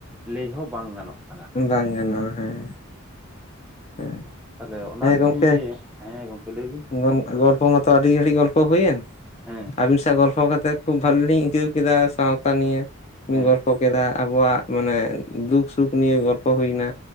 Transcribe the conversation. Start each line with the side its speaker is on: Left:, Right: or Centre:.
Centre: ᱞᱮᱭ ᱦᱚᱸ ᱵᱟᱝ ᱜᱟᱱᱚᱜᱼᱟ ᱾
Left: ᱵᱟᱝ ᱜᱟᱱᱚᱜᱼᱟ ᱦᱮᱸ ᱦᱮ
Centre: ᱛᱟᱦᱚᱞᱮ ᱚᱱᱟ
Left: ᱦᱮᱸ
Centre: ᱜᱮᱞᱤᱧ
Left: ᱜᱚᱝᱠᱮ
Centre: ᱞᱟᱹᱭᱮᱫ ᱦᱮᱸ ᱜᱚᱢᱠᱮ ᱞᱟᱹᱭ ᱵᱤᱱ
Left: <unintelligible> ᱜᱚᱞᱯᱚ ᱢᱟᱛᱼᱼᱼ ᱛᱚ ᱟᱹᱰᱤ ᱜᱷᱟᱹᱲᱤᱡ ᱜᱚᱞᱯᱚ ᱦᱩᱭᱮᱱ
Centre: ᱦᱮᱸ
Left: ᱟᱵᱤᱱ ᱥᱟᱶ ᱜᱚᱞᱯᱚ <unintelligible> ᱠᱟᱛᱮᱫ ᱠᱷᱩᱵ ᱵᱷᱟᱞᱤ ᱞᱤᱧ ᱟᱹᱭᱠᱟᱹᱣ ᱠᱮᱫᱟ ᱥᱟᱶᱛᱟ ᱱᱤᱭᱮ ᱵᱤᱱ
Centre: ᱦᱮᱸ
Left: ᱜᱚᱞᱯᱚ ᱠᱮᱫᱟ ᱟᱵᱚᱣᱟᱜ ᱢᱟᱱᱮ ᱫᱩᱠ ᱥᱩᱠ ᱱᱤᱭᱟᱹ ᱜᱚᱞᱯᱚ ᱦᱩᱭᱱᱟ